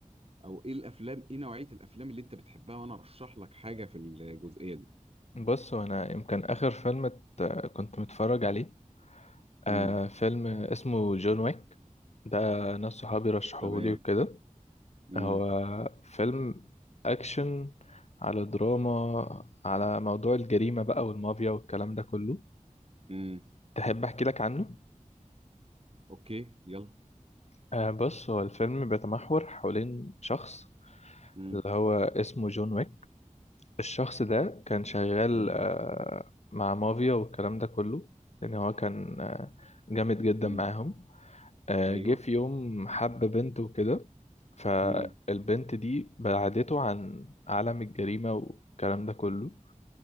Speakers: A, on the right (about 45°); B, on the left (about 55°).
A: او ايه الافلام ايه نوعيه الافلام اللي انت بتحبها وانا ارشح لك حاجه في الجزئيه دي
B: بص هو انا يمكن اخر فيلم ات- كنت متفرج عليه
A: امم
B: آه فيلم اسمه جون ويك ده ناس صحابي رشحوهولي
A: تمام
B: وكده
A: امم
B: هو فيلم اكشن على دراما على موضوع الجريمة بقى والمافيا والكلام ده كله
A: امم
B: تحب احكي لك عنه
A: اوكي يلا
B: آه، بص هو الفيلم بيتمحور حوالين شخص
A: امم
B: اللي هو اسمه جون ويك الشخص ده كان شغال
A: تمام
B: آه، مع مافيا والكلام ده كله لأن هو كان آه، جامد جدا
A: امم
B: معاهم آه،
A: ايوه
B: جه في يوم حب بنت وكده فالبنت
A: امم
B: دي بعدته عن عالم الجريمة والكلام ده كله